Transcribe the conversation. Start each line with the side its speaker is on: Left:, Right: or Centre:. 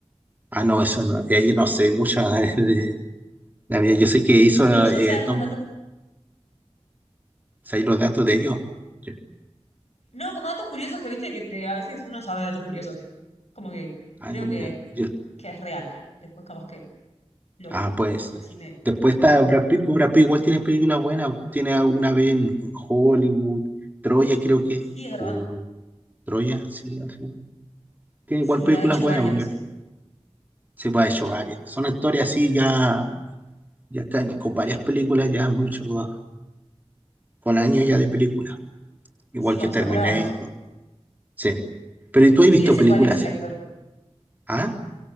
Right: ah, no, eso no. eh, yo no sé mucho <laughs> de la vida. Yo sé que hizo
Left: si no, yo
Right: eh,
Left: sé algunos
Right: Tom.
Left: datos.
Right: ¿Sabéis los datos de ellos? Yo-
Left: No, como datos curiosos que viste que te- a veces uno sabe datos curiosos. Como que
Right: Ah,
Left: creo
Right: eh,
Left: que,
Right: yo-
Left: que es real. Después capaz que lo
Right: ah,
Left: busco.
Right: pues.
Left: Así me...
Right: Después está Brad Pitt. pues Brad Pitt igual tiene películas buenas. Tiene una vez en, en Hollywood. Troya, creo que.
Left: Sí, es verdad.
Right: O Troya, sí, al final. Tiene
Left: Sí,
Right: igual películas
Left: ha hecho
Right: buenas.
Left: varias.
Right: Se puede ha hecho varias. Son historias así ya Ya está, con varias películas, ya mucho, con años ya de películas, igual
Left: Sí, consagrados.
Right: que Terminator, sí. Pero ¿y tú has
Left: Sí,
Right: visto
Left: ese
Right: películas
Left: cuál es el
Right: así?
Left: actor.
Right: co- ¿Ah?